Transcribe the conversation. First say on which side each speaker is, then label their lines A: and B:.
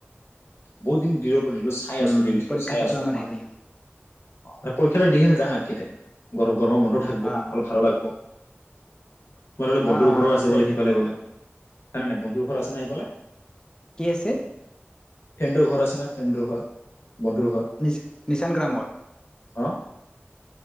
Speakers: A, on the left; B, on the left.
A: বহুদিন জিৰো দিলো চাই
B: উম,
A: আছো ৰিল সচ
B: পৰীক্ষা
A: বোৰ চাই
B: তাতো
A: আছো
B: আমাৰ
A: মানে।
B: হেৰি
A: অ' পৰীক্ষা দিহে নে যা আৰু। গৰম গৰমৰ বন্ধ থাকিব।
B: অ',
A: ভালো লাগিব। তোমাৰ বোলে বন্ধুৰ
B: অ', অ',
A: ঘৰো
B: তাতে
A: আছে বোলে সিফালে
B: হেৰি
A: বোলে? হৈ না নাই বন্ধুৰ ঘৰ আছে নাই সেইফালে?
B: কি আছে
A: ফ্ৰেণ্ডৰ ঘৰ আছে না ফ্ৰেণ্ডৰ ঘৰ? বন্ধুৰ
B: নিচা, নিচান গ্ৰামত?
A: হ'?